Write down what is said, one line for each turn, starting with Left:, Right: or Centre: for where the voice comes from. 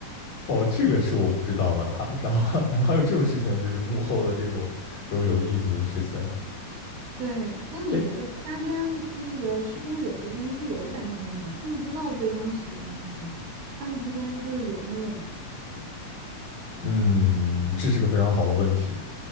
Left: 哦，这个是我不知道的哈。然后，<laughs> 然后还有这种事情，就是幕后的这种这种有意思的事情。
Right: 对，那你觉得他跟那个弑君者之间是有感情的吗？
Left: 哎，
Right: 他们知道对方喜欢他吗？他们之间就是有那种，
Left: 嗯，这是个非常好的问题。